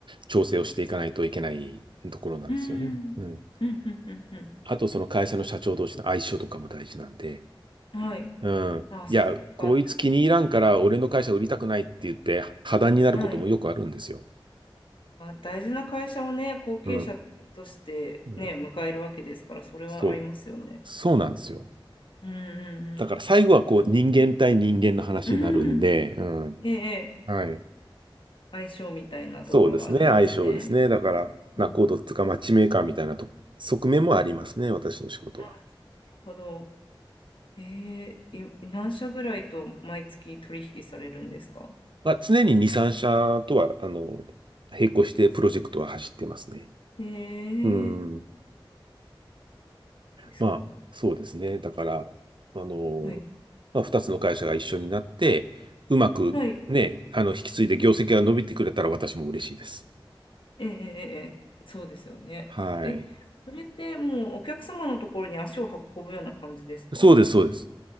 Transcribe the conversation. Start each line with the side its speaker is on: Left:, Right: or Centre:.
Right: 調整をしていかないといけないところなんですよね。
Left: うーん。
Right: うん。
Left: うんうんうん
Right: あと、その会社の社長同士の相性とかも大事なんで、
Left: うん。はい。
Right: うん。
Left: あ、そっか。
Right: いや、こいつ気に入らんから、俺の会社売りたくないって言って、破談になることもよくあるんですよ。
Left: はい。あ、大事な会社をね、後継者としてね、
Right: うん。うん。
Left: 迎えるわけですから、それはありますよね。
Right: そう。そうなんですよ。
Left: うんうん
Right: だから最後はこう人間対人間の話になるんで、
Left: うん。うん。
Right: うん。
Left: ええ、ええ
Right: はい。
Left: 相性みたいなところがあるんですね。
Right: そうですね、相性ですね。だから、
Left: うん
Right: ナコードっつうか、マッチメーカーみたいなと側面もありますね、私の仕事は。
Left: あなるほど。ええ、い何社ぐらいと毎月取引されるんですか
Right: まあ、常に2、3社とは、あの、並行してプロジェクトは走ってますね。
Left: え
Right: うん。
Left: え、ですか。
Right: まあ、そうですね。だから、あの、
Left: はい。
Right: まあ、2つの会社が一緒になって、うまくね、
Left: はい。
Right: あの、引き継いで業績が伸びてくれたら私も嬉しいです。
Left: ええ、ええ、ええそうですよね。
Right: はい。
Left: え、それってもうお客様のところに足を運ぶような感じですか
Right: そうです、そうです。